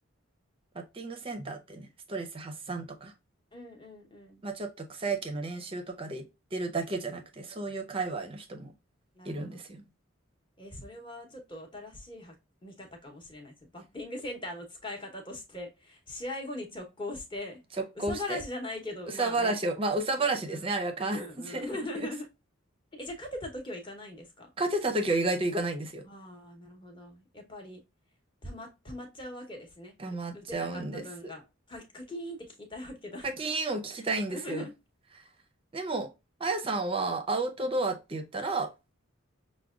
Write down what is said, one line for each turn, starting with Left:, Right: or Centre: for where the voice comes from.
Right: バッティングセンターってね、ストレス発散とか、
Left: うんうんうん。
Right: まあちょっと草野球の練習とかで行ってるだけじゃなくて、そういう界隈の人もいるんですよ。
Left: なるほど。えーそれはちょっと新しいは見方かもしれないです。バッティングセンターの使い方として、<laughs> 試合後に直行して、
Right: 直行して、
Left: 憂さ晴らしじゃないけど、
Right: 憂さ晴らしを、
Left: まあね。
Right: まあ憂さ晴らしですね、
Left: うんうんうんうん。
Right: あれは完全に憂さ。
Left: <laughs> え、じゃあ勝てた時はいかないんですか
Right: 勝てた時は意外といかないんですよ。
Left: ああなるほど。やっぱり、たま、たまっちゃうわけですね。
Right: 溜まっちゃうんです。
Left: う打てなかった分が。か、カキーンって聞きたいわけだ。
Right: 課金を聞きたいんですよ。
Left: <laughs>
Right: でも、あやさんはアウトドアって言ったら、
Left: うん